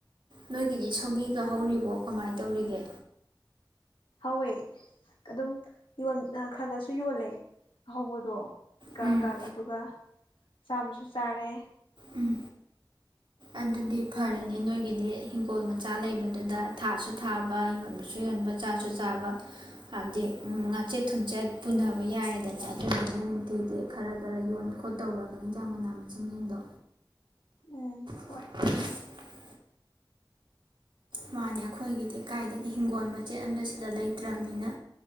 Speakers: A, on the right; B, on the left.
A: ꯅꯣꯏꯒꯤꯗꯤ ꯁꯧꯒꯤꯒ ꯍꯧꯔꯤꯕꯣ ꯀꯃꯥꯏꯅ ꯇꯧꯔꯤꯒꯦ
B: ꯍꯣꯏ ꯑꯗꯨꯝ ꯌꯣꯟ ꯈꯔꯒꯔꯁꯨ ꯌꯣꯜꯂꯦ ꯑꯍꯧꯕꯗꯣ ꯒꯥꯛ
A: ꯎꯝ
B: ꯒꯥꯛ ꯑꯗꯨꯒ ꯆꯥꯕꯁꯨ ꯆꯥꯔꯦ
A: ꯎꯝ ꯑꯗꯨꯗꯤ ꯐꯔꯦꯅꯦ ꯅꯣꯏꯒꯤꯗꯤ ꯍꯤꯟꯒꯣꯜ ꯃꯆꯥ ꯂꯩꯕꯗꯨꯗ ꯊꯥꯁꯨ ꯊꯥꯕ ꯌꯣꯟꯕꯁꯨ ꯌꯣꯟꯕ ꯆꯥꯁꯨ ꯆꯥꯕ ꯍꯥꯏꯕꯗꯤ ꯉꯥꯆꯦꯠ ꯊꯨꯝꯆꯦꯠ ꯄꯨꯕ ꯌꯥꯔꯦꯗꯅ ꯑꯗꯨꯗꯨꯅ ꯅꯨꯡꯇꯤꯒꯤ ꯈꯔ ꯈꯔ ꯌꯣꯟ ꯈꯣꯠꯇꯧꯔꯒ ꯏꯟꯖꯥꯡ ꯃꯅꯥ ꯃꯁꯤꯡꯁꯤꯡꯗꯣ
B: ꯎꯝ ꯍꯣꯏ
A: <inaudible> ꯃꯥꯅꯦ ꯑꯩꯈꯣꯏꯒꯤꯗꯤ ꯀꯥꯏꯗꯒꯤ ꯍꯤꯡꯒꯣꯟ ꯃꯆꯦꯠꯑꯃꯇꯁꯤꯗ ꯂꯩꯇ꯭ꯔꯕꯅꯤꯅ